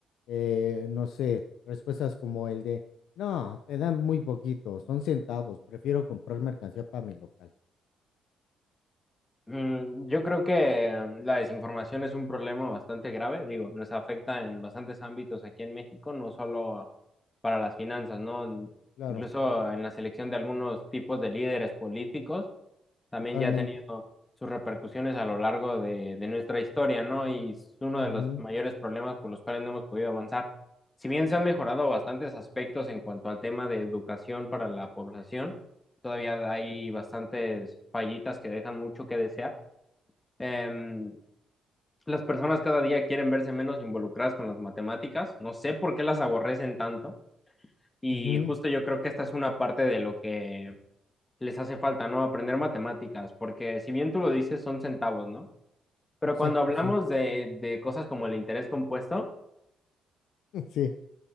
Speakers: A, on the left (about 80°); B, on the left (about 20°).
A: eh, no sé, respuestas como el de, no, te dan muy poquito, son centavos, prefiero comprar mercancía para mi local.
B: Mm, yo creo que eh, la desinformación es un problema bastante grave, digo, nos afecta en bastantes ámbitos aquí en México, no solo para las finanzas, ¿no?
A: Claro,
B: Incluso en la selección de algunos tipos de líderes políticos, también
A: totalmente.
B: ya ha tenido sus repercusiones a lo largo de, de nuestra historia, ¿no? Y es uno
A: Ujú,
B: de los mayores problemas por los cuales no hemos podido avanzar. Si bien se han mejorado bastantes aspectos en cuanto al tema de educación para la población, todavía hay bastantes fallitas que dejan mucho que desear. Em, las personas cada día quieren verse menos involucradas con las matemáticas, no sé por qué las aborrecen tanto. Y
A: ujú,
B: justo yo creo que esta es una parte de lo que les hace falta, ¿no? Aprender matemáticas, porque si bien tú lo dices, son centavos, ¿no? Pero
A: exacto,
B: cuando hablamos
A: sí.
B: de, de cosas como el interés compuesto,
A: <laughs> Sí,